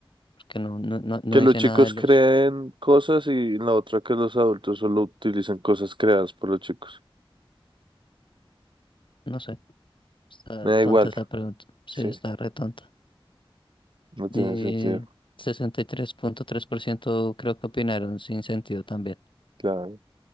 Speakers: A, on the left (about 60°); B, on the right (about 60°).
A: porque no, no, no, no
B: Que
A: dice
B: los chicos
A: nada de los.
B: creen cosas y la otra que los adultos solo utilizan cosas creadas por los chicos.
A: No sé. Está
B: Me da
A: tonta
B: igual.
A: esa pregunta. Sí,
B: Sí,
A: está re tonta.
B: no
A: Y
B: tiene sentido.
A: tres tres punto tres por ciento creo que opinaron sin sentido también.
B: Claro.